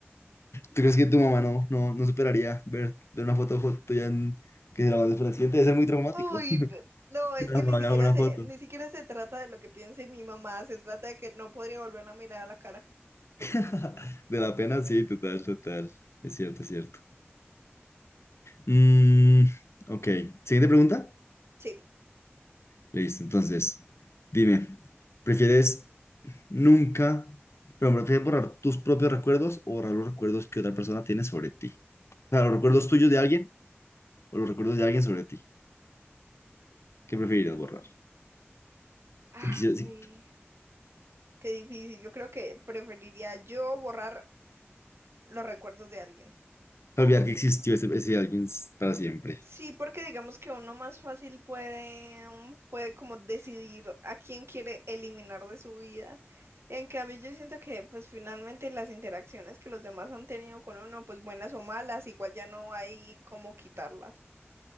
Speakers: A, on the left; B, on the right.
A: ¿Tú crees que tu mamá no, no, no superaría ver, ver una foto jo- tuya en- que se la mandes por accidente? Debe ser muy traumático.
B: Uy,
A: <laughs>
B: n- no,
A: Que
B: es
A: la
B: que
A: mamá
B: ni siquiera
A: haga una
B: se,
A: foto.
B: ni siquiera se trata de lo que piense mi mamá, se trata de que no podría volverla a mirar a la cara.
A: <laughs> De la pena, sí, total, total. Es cierto, es cierto. Mm, ok, siguiente pregunta.
B: Sí,
A: Listo, entonces, dime, ¿prefieres nunca, pero prefieres borrar tus propios recuerdos o borrar los recuerdos que otra persona tiene sobre ti? O sea, los recuerdos tuyos de alguien o los recuerdos de alguien sobre ti. ¿Qué preferirías borrar?
B: Ay,
A: Si quisieras si-
B: qué difícil. Yo creo que preferiría yo borrar los recuerdos de alguien.
A: olvidar que existió ese, ese alguien s- para siempre.
B: Sí, porque digamos que uno más fácil puede, mm, puede como decidir a quién quiere eliminar de su vida. En cambio, yo siento que pues finalmente las interacciones que los demás han tenido con uno, pues buenas o malas, igual ya no hay cómo quitarlas.